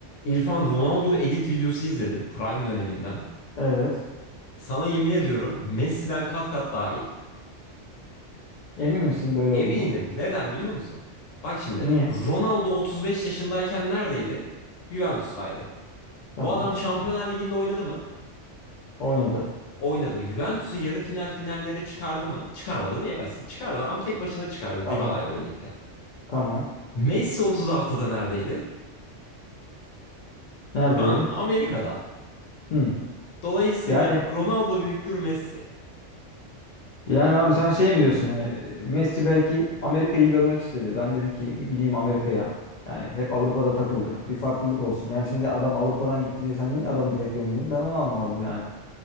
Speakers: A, on the left; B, on the left.
A: İrfan Ronaldo edit videosu izledim Prime döneminden.
B: Evet.
A: Sana yemin ediyorum Messi'den kat kat daha iyi.
B: Emin misin böyle
A: Eminim.
B: olduğunu?
A: Neden biliyor musun? Bak şimdi
B: Niye?
A: Ronaldo 35 yaşındayken neredeydi? Juventus'taydı.
B: Tamam.
A: Bu adam Şampiyonlar Ligi'nde oynadı mı?
B: Oynadı.
A: Oynadı. Juventus'u yarı final finallere çıkardı mı? Çıkarmadı diyemezsin. Çıkardı. Adam tek başına çıkardı
B: Tamam.
A: Dybala'yla birlikte.
B: Tamam.
A: Messi 36'da neredeydi?
B: Neredeydi?
A: Şu an Amerika'da.
B: Hmm.
A: Dolayısıyla
B: Yani
A: Ronaldo büyüktür Messi.
B: yani abi sen şey mi diyorsun yani e, Messi belki Amerika'yı görmek istedi. Ben dedi ki bir gideyim Amerika'ya. Yani hep Avrupa'da takıldık. Bir farklılık olsun. Yani şimdi adam Avrupa'dan gitti diye sen niye adamı direkt gömdün? Ben onu anlamadım yani.